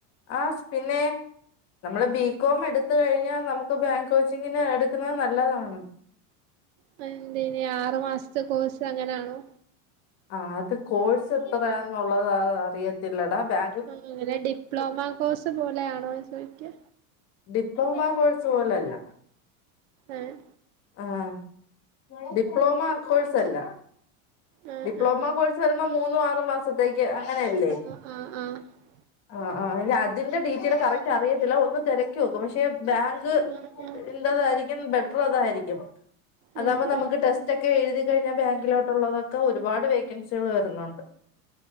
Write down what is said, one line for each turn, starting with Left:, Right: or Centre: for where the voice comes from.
Left: ആഹ് സ്പിന്നെ നമ്മള് ബികോം എടുത്ത് കഴിഞ്ഞാ നമ്മുക്ക് ബാങ്ക് കോച്ചിങ്ങിന് എടുക്കുന്നത് നല്ലതാണ്
Right: അത് എന്തെനി ആറു മാസത്തെ കോഴ്സ് അങ്ങനെയാണോ
Left: ആഹ് അത് കോഴ്സ് എത്രയാന്നുള്ളത് അത് അറിയത്തില്ലടാ ബാ
Right: ആഹ് ഇങ്ങനെ ഡിപ്ലോമ കോഴ്സ് പോലെയാണോന്ന് ചോയിക്ക
Left: ഡിപ്ലോമ കോഴ്സ് പോലല്ല
Right: ഏഹ്
Left: ആഹ് ഡിപ്ലോമ കോഴ്സ് അല്ല
Right: ആ
Left: ഡിപ്ലോമ
Right: ആ
Left: കോഴ് വരുമ്പോ മൂന്നും ആറും മാസത്തേക്ക് അങ്ങനെയല്ലേ
Right: ആ ആ ആ
Left: ആഹ് ആഹ് എനി അതിന്റെ ഡീറ്റെയിൽ കറക്റ്റ് അറിയത്തില്ല ഒന്ന് തിരക്കി നോക്ക് പക്ഷെ ബാങ്ക്
Right: മം മം
Left: <unintelligible> ബെറ്റർ അതായിരിക്കും അതാവുമ്പോ
Right: ഉം
Left: നമ്മക്ക്
Right: ഉം
Left: ടെസ്റ്റ് സ്റ്റ് ഒക്കെ എഴുതി കഴിഞ്ഞാ ബാങ്കിലോട്ട് ഉള്ളതൊക്കെ ഒരുപാട് വേക്കൻസികള് വരുന്നുണ്ട്